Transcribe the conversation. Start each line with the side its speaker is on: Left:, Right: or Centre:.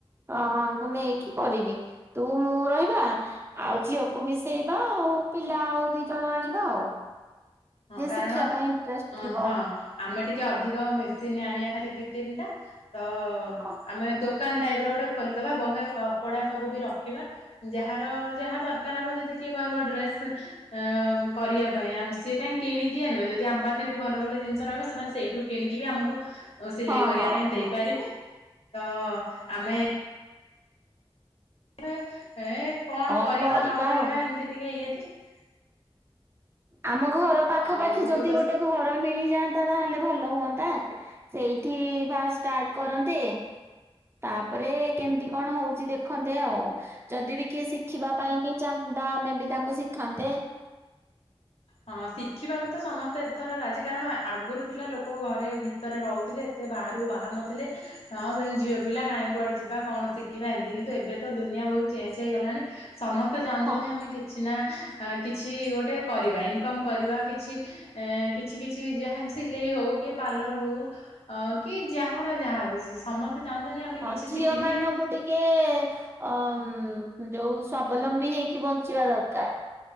Right: ଅ ହ କୁ ନେଇକି କରିବି ତୁ ମୁଁ ରହିବା ଆଉ ଝିଅକୁ ମିଶେଇବା ଆଉ ପିଲା ଆଉ ଦି ଜଣ ଆଣିବା ଆଉ।
Left: ହଁ
Right: ଯିଏ
Left: କାରଣ
Right: ଶିଖିଆ ପାଇଁ ଇଣ୍ଟ୍ରେଷ୍ଟ୍
Left: ଅ
Right: ଥିବ।
Left: ହଁ ଆମେ ଟିକେ ଅଧିକ ମେସିନ୍ ଆଣିବା ହାରି ଦି ତିନିଟା ତ
Right: ହଁ
Left: ଆମେ ଦୋ କାନ ଟାଇପ୍ ର ଗୋଟେ ଖୋଲିଦେବା ବହେ କପଡ଼ା ସବୁ ବି ରଖିବା। ଯାହାର ଯାହା ଦରକାର ହବ ଯଦି କିଏ କହିବ ଡ୍ରେସ୍ ଅ କରିବା ପାଇଁ ଆମେ ସିଏ କାହିଁ କିଣିକି ଆଣିବ ଯଦି ଆମ ପାଖରେ ବି ଭଲ ଭଲ ଜିନିଷ ରହିବ ସେମାନେ ସେଇଠୁ କିଣିକି ବି ଆମକୁ ସିଲେଇ
Right: ହଁ
Left: କରିବା
Right: ହଁ
Left: ପାଇଁ
Right: ହଁ।
Left: ଦେଇପାରିବେ ତ ଆମେ ରେ ଏ କଣ
Right: ହଉ
Left: କରିବା ନ କରିବା
Right: ଆଉ।
Left: ଏମିତି ଟିକେ ଇଏ ଥିଲି
Right: ଆମ ଘର ପାଖାପାଖି
Left: ଆଉ
Right: ଯଦି
Left: ତୁ ତ
Right: ଗୋଟେ ଘର ମିଳିଯାଆନ୍ତା ତାହେଲେ ଭଲ ହୁଅନ୍ତା ସେଇଠି ଫା ଷ୍ଟାର୍ଟ କରନ୍ତେ। ତାପରେ କେମିତି କଣ ହଉଛି ଦେଖନ୍ତେ ଆଉ ଯଦି ବି କିଏ ଶିଖିବା ପାଇଁ ବି ଚାହାନ୍ତା ଆମେ ବି ତାଙ୍କୁ ଶିଖାନ୍ତେ
Left: ହଁ ଶିଖିବାକୁ ତ ସମସ୍ତେ ଏଥର ରାଜି କାରଣ ଆଗରୁ ଥିଲା ଲୋକ ଘରେ ତରେ ରହୁଥିଲେ ଏତେ ବାହାରକୁ ବାହାରୁ ନଥିଲେ ହଁ ସେ ଝିଅ ପିଲା କାଇଁ କୁଆଡ଼େ ଯିବା କଣ ଶିଖିବା ଏମିତି କିନ୍ତୁ ଏବେ ତ ଦୁନିଆ ବହୁତ ଚେଞ୍ଜ ହେଇଗଲାଣି। ସମସ୍ତେ ଚାହୁଛନ୍ତି
Right: ହଁ।
Left: ଆମେ କିଛି ନା କିଛି ଗୋଟେ କରିଵ୍ ଇନ୍ କମ୍ କରିବା କିଛି କିଛି କିଛି ଯାହା ସିଲେଇ ହଉ କି ପାର୍ଲର ହଉ ଅ କି ଯାହାର ଯାହା ହଉଛି ସମସ୍ତେ ଚାହୁଁଛନ୍ତି ଆମେ
Right: ହଁ
Left: କିଛି
Right: ଝିଅ
Left: ଶିଖିକି
Right: ମାନଙ୍କୁ ଟିକେ ଅ ଯୋଉ ସ୍ଵବଲମ୍ବୀ ହେଇକି ବଞ୍ଚିବା ଦରକାର।